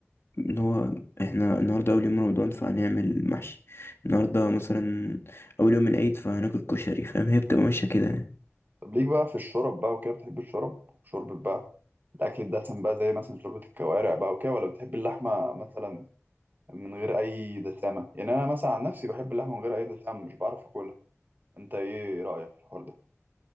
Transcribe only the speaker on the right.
طب ليك بقى في الشرب بقى وكده بتحب الشرب شوربة بقى الأكل الدسم بقى زي مثلا شوربة الكوارع بقى وكده ولا بتحب اللحمة مثلا من غير أي دسامة يعني أنا مثلا عن نفسي بحب اللحمة من غير أي دسامة مش بعرف أكلها أنت إيه رأيك في الحوار